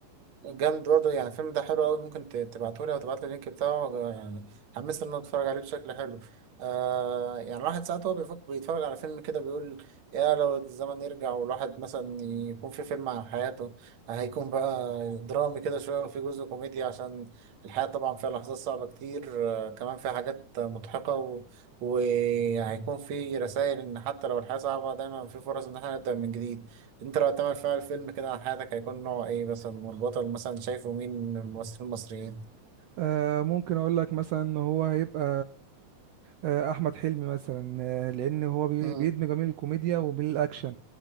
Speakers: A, on the right; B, on the right.
A: جامد برضه يعني الفيلم ده حلو أوي ممكن ت- تبعتهولي أو تبعتلي اللينك بتاعه يعني حمست إن أنا أتفرج عليه بشكل حلو آه يعني الواحد ساعات هو بيفكر بيتفرج على فيلم كده بيقول يا لو الزمن يرجع والواحد مثلا يكون في فيلم عن حياته هيكون بقى درامي كده شوية وفي جزء كوميدي عشان الحياة طبعا فيها لحظات صعبة كتير آه كمان فيها حاجات مضحكة و- وهيكون في رسائل إن حتى لو الحياة صعبة دايما في فرص إن احنا نبدأ من جديد انت لو تعمل فيها الفيلم كده عن حياتك هيكون نوع ايه مثلا والبطل مثلا شايفه مين من الممثلين المصريين
B: آه، ممكن اقول لك مثلا ان هو هيبقى آه، احمد حلمي مثلا آه، لان هو بي-
A: مم.
B: بيدمج ما بين الكوميديا وبين الاكشن